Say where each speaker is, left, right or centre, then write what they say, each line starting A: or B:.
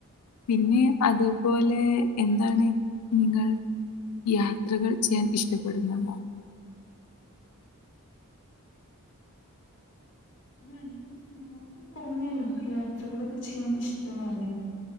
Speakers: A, on the left; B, on the left.
A: പിന്നെ അതുപോലെ എന്താണ് നിങ്ങൾ യാത്രകൾ ചെയ്യാൻ ഇഷ്ടപ്പെടുന്നു വോ
B: <unintelligible> നേരത്തെ പറഞ്ഞല്ലോ യാത്രകളൊക്കെ ചെയ്യാൻ ഇഷ്ടമാണ്.